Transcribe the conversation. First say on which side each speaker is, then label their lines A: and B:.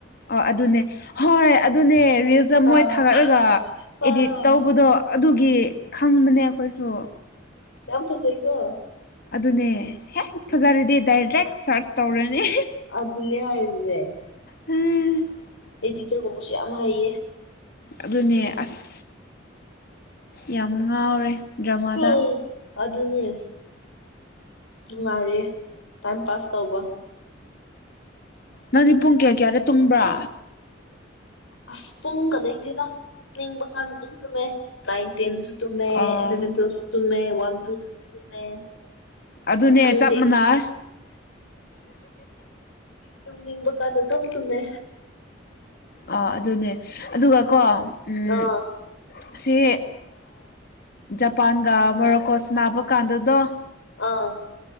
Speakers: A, on the left; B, on the left.
A: ꯑꯣ ꯑꯗꯨꯅꯦ ꯍꯣꯏ ꯑꯗꯨꯅꯦ ꯔꯤꯜꯁꯇ
B: ꯑꯥ
A: ꯃꯣꯏ ꯊꯥꯒꯠꯂꯒ
B: ꯑꯥ
A: ꯏꯗꯤꯠ ꯇꯧꯕꯗꯣ ꯑꯗꯨꯒꯤ ꯈꯪꯕꯅꯦ ꯑꯩꯈꯣꯏꯁꯨ
B: ꯌꯥꯝ ꯐꯖꯩꯀꯣ
A: ꯑꯗꯨꯅꯦ ꯍꯦꯛ ꯐꯖꯔꯗꯤ ꯗꯥꯏꯔꯦꯛ ꯁꯥꯔꯆ ꯇꯧꯔꯅꯤ
B: ꯑꯗꯨ ꯑꯗꯨꯅꯦ ꯍꯥꯏꯖꯦ
A: ꯎꯝ
B: ꯑꯩꯗꯤꯇꯔꯒꯨꯝꯕꯁꯨ ꯌꯥꯝ ꯍꯩꯌꯦ
A: ꯑꯗꯨꯅꯦ ꯑꯁ ꯌꯥꯝ ꯉꯥꯎꯔꯦ ꯗ꯭ꯔꯃꯥꯗ
B: ꯎꯝ ꯑꯗꯨ ꯑꯗꯨꯅꯦ ꯅꯨꯡꯉꯥꯏꯔꯦ ꯇꯥꯏꯝ ꯄꯥꯁ ꯇꯧꯕ
A: ꯅꯪꯗꯤ ꯄꯨꯡ ꯀꯌꯥ ꯀꯌꯥꯗ ꯇꯨꯝꯕ꯭ꯔꯥ
B: ꯑꯁ ꯄꯨꯡꯒ ꯂꯩꯇꯦꯗ ꯇꯨꯝꯅꯤꯡꯕ ꯀꯥꯟꯗ ꯑꯗꯨꯝ ꯇꯨꯝꯃꯦ ꯅꯥꯏꯟ ꯇꯦꯟꯗꯁꯨ ꯇꯨꯝꯃꯦ
A: ꯑꯣ
B: ꯑꯦꯂꯟ ꯇꯨꯌꯦꯜꯐ ꯁꯨ ꯇꯨꯃꯦ ꯋꯥꯟ ꯇꯨꯁꯨ ꯇꯨꯝꯃꯦ
A: ꯑꯗꯨꯅꯦ
B: ꯅꯪꯗꯤ
A: ꯆꯞ ꯃꯥꯟꯅꯩ
B: ꯇꯨꯝꯅꯤꯡꯕ ꯀꯥꯟꯗ ꯑꯗꯨꯝ ꯇꯨꯝꯃꯦ
A: ꯑ ꯑꯗꯨꯅꯦ ꯑꯗꯨꯒ ꯀꯣ ꯎꯝ
B: ꯑꯥ
A: ꯁꯤ ꯖꯄꯥꯟꯒ ꯃꯣꯔꯣꯀꯣꯁ ꯅꯥꯕ ꯀꯥꯟꯗꯨꯗꯣ
B: ꯑꯥ